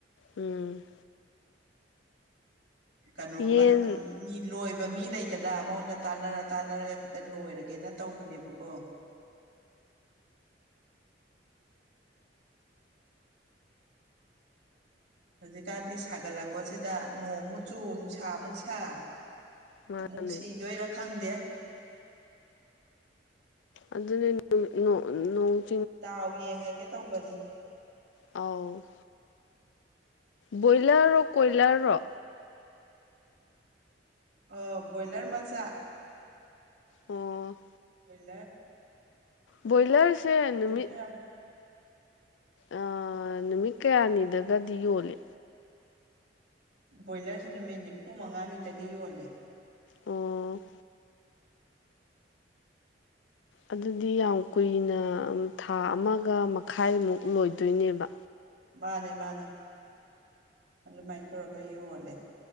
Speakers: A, on the left; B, on the right.
A: ꯎꯝ
B: ꯀꯩꯅꯣ
A: ꯌꯦꯟ
B: ꯃꯤ ꯂꯣꯏꯕ ꯃꯤ ꯂꯩꯗꯅ ꯃꯉꯣꯟꯗ ꯇꯥꯟꯅꯔ ꯇꯥꯟꯅꯔꯒ ꯈꯤꯇꯪ ꯂꯣꯏꯔꯒꯦꯅ ꯇꯧꯕꯅꯦꯕꯀꯣ <unintelligible> ꯍꯧꯖꯤꯛꯀꯥꯟꯗꯤ ꯁꯥꯒꯠꯂꯛꯄꯁꯤꯗ ꯅꯣꯡꯃꯨꯛ ꯆꯨ ꯅꯨꯡꯁꯥ ꯑꯃꯨꯛ ꯁꯥ
A: ꯃꯥꯅꯦ
B: ꯑꯃꯨꯛ ꯁꯤꯗꯣꯏꯔꯥ ꯈꯪꯗꯦ
A: ꯑꯗꯨꯅꯣꯡ
B: ꯗꯥꯎ ꯌꯦꯡꯉꯒꯦ ꯇꯧꯕꯅꯤ
A: ꯑꯥꯎ ꯕ꯭ꯔꯣꯏꯂꯔ ꯔ ꯀꯣꯏꯂꯔ ꯔ
B: ꯑꯣ ꯕꯣꯏꯂꯔ ꯃꯆꯥ
A: ꯑꯣ
B: ꯑꯣꯏꯂꯔ
A: ꯕ꯭ꯔꯣꯏꯂꯔꯁꯦ ꯅꯨꯃꯤꯠ
B: ꯈꯔ
A: ꯑ ꯅꯨꯃꯤꯠ ꯀꯌꯥꯅꯤꯗꯒꯗꯤ ꯌꯣꯜꯂꯦ
B: ꯕꯣꯏꯂꯔꯁꯨ ꯅꯨꯃꯤꯠ ꯅꯤꯐꯨ ꯃꯉꯥꯅꯤꯗꯒꯤ ꯌꯣꯜꯂꯦ
A: ꯑꯣ ꯑꯗꯨꯗꯤ ꯌꯥꯝ ꯀꯨꯏꯅ ꯊꯥ ꯑꯃꯒ ꯃꯈꯥꯏꯃꯨꯛ ꯂꯣꯏꯗꯣꯏꯅꯦꯕ
B: ꯃꯥꯅꯦ ꯃꯥꯅꯦ ꯑꯗꯨꯃꯥꯏꯅ ꯇꯧꯔꯒ ꯌꯣꯜꯂꯦ